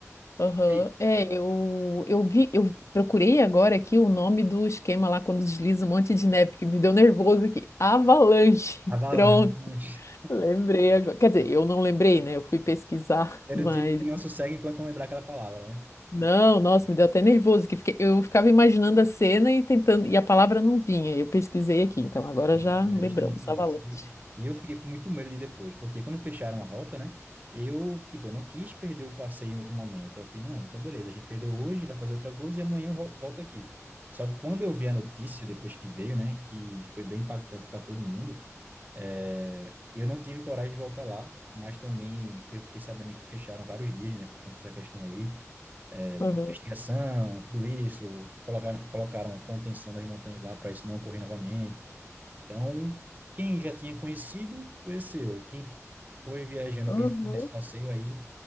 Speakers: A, on the left; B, on the right.
A: Aham.
B: Ei,
A: É, eu, eu vi, eu procurei agora aqui o nome do esquema lá quando desliza um monte de neve, que me deu nervoso aqui. Avalanche.
B: avalanche.
A: <laughs> Pronto, lembrei agora. Quer dizer, eu não lembrei, né? Eu fui pesquisar, <laughs>
B: Era
A: mas
B: o tipo que não sossega enquanto não lembrar aquela palavra, né?
A: não, nossa, me deu até nervoso que fiquei- eu ficava imaginando a cena e tentando, e a palavra não vinha. Eu pesquisei aqui, então agora
B: Não,
A: já lembramos,
B: mas é justamente
A: avalanche.
B: isso. E, e eu fiquei com muito medo de ir depois, porque quando fecharam a rota, né? Eu, tipo, não quis perder o passeio em outro momento. Eu falei, não, então beleza, a gente perdeu hoje, vai fazer outra coisa e amanhã eu vol- volto aqui. Só que quando eu vi a notícia, depois que veio, né, que foi bem impactante para todo mundo, é, eu não tive coragem de voltar lá, mas também eu fiquei sabendo que fecharam vários dias, né, por conta dessa questão aí. Investigação,
A: Aham.
B: tudo isso, colocaram, colocaram contenção das montanhas lá para isso não ocorrer novamente. Então, quem já tinha conhecido, conheceu. Quem foi viajando
A: Uhum.
B: pensando nesse passeio aí,